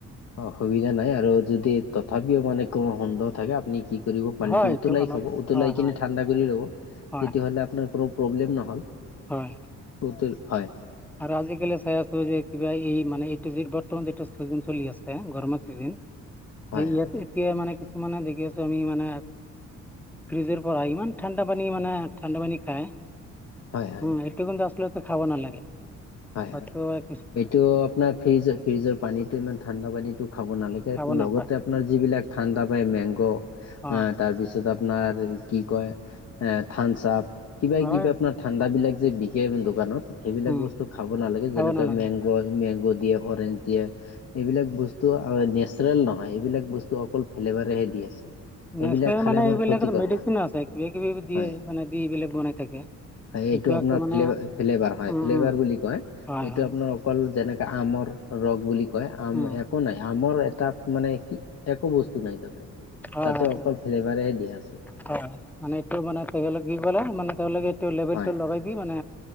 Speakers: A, on the left; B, in the centre.
A: অসুবিধা নাই আৰু যদি তথাপিও মানে কো সুন্দৰ থাকে আপুনি কি কৰিব পানীটো
B: হয় এইটো
A: উতলাই
B: অলপ
A: খাব, উতলাই
B: হয় হয়
A: কিনে ঠাণ্ডা কৰি লব, তেতিয়া
B: হয়
A: হলে আপোনাৰ কোনো প্ৰব্লেম নহল।
B: হয়।
A: ভৌতিৰ হয়।
B: আৰু আজিকালি চাই আছো যে কিবা এই মানে এইটো যি বৰ্তমান এইটো চিজন চলি আছে, গৰমৰ চিজিন
A: হয়
B: ইয়াত
A: হয়
B: এতিয়া মানে কিছুমানে দেখি আছো আমি মানে ফ্ৰিজৰ পৰা ইমান ঠাণ্ডা পানী মানে ঠাণ্ডা পানী খায়।
A: হয় হয় হয়
B: উম এই কন্তা আচলতে খাব নালাগে।
A: হয়
B: হয়তো এক
A: এইটো আপোনাৰ ফ্ৰিজ ফ্ৰিজৰ পানীতটো ইমান ঠাণ্ডা পানীতটো খাব নালাগে,
B: খাব নাপায়
A: লগত আপোনাৰ যিবিলাক ঠাণ্ডা পায় মেংগ অ
B: অ
A: তাৰপিছত আপ আপোনাৰ কি কয় এ থানচাপ কিবা
B: হয়
A: কিবা আপোনাৰ ঠাণ্ডাবিলাক যে বিকে দোকানত, সেইবিলাক
B: উম
A: বস্তু খাব নালাগে
B: খাব
A: যেনেকে
B: নালাগে
A: মেংগ মেংগ' দিয়ে অৰেঞজ দিয়ে এইবিলাক বস্তু নেচাৰেল নহয়, এইবিলাক বস্তু অকল ফেলেবাৰেহে দি আছে। সেইবিলাক
B: নেচাৰেল
A: খালে
B: মানে
A: আমাৰ
B: এইবিলাক
A: ক্ষতিকৰ
B: মেডিচিন
A: হয়
B: আছে কিবা কিবি দিয়ে,
A: হয়
B: মানে দি এইবিলাক বনাই থাকে।
A: হয় এইটো আপোনাৰ
B: একদম মানে
A: ফ্লেভাৰ হয়
B: উম
A: ফ্লেভাৰ
B: উম
A: বুলি কয়।
B: হয়
A: এইটো
B: হয়
A: আপোনাৰ অকল যেনেকে আমৰ ৰস বুলি কয় আম
B: উম
A: এক একো নাই আমাৰ এটা মানে কি একো বস্তু নাই তাতে।
B: হয়
A: তাতে
B: হয়
A: অকল ফ্লেভাৰেহে দিয়া আছে।
B: হয় মানে এইটো মানে কি কলে মানে তেওঁলোকে এইটো লেবেলটো
A: হয়
B: লগাই দি মানে